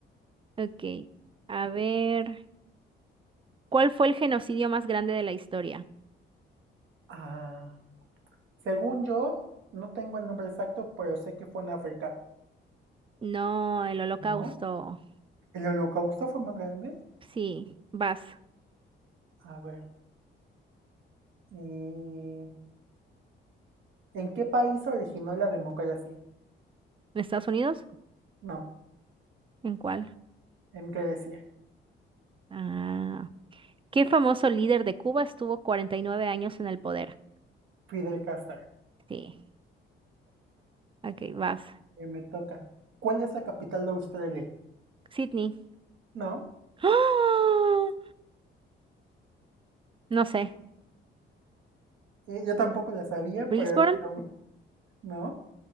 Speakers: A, on the right; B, on the right.
A: ok. A ver, ¿cuál fue el genocidio más grande de la historia?
B: Ah. Según yo, no tengo el nombre exacto, pero sé que fue en África.
A: No, el Holocausto.
B: ¿No? ¿El holocausto fue más grande?
A: Sí, vas.
B: A ver. eh, ¿En qué país se originó la democracia?
A: ¿En Estados Unidos?
B: No,
A: ¿En cuál?
B: en Grecia.
A: Ah, ¿qué famoso líder de Cuba estuvo 49 años en el poder?
B: Fidel Castro.
A: Sí. Ok, vas.
B: Eh, me toca. ¿Cuál es la capital de Australia?
A: Sydney.
B: No,
A: ¡Ah! No sé.
B: eh, yo tampoco la sabía,
A: Brisbane.
B: pero la bu- no.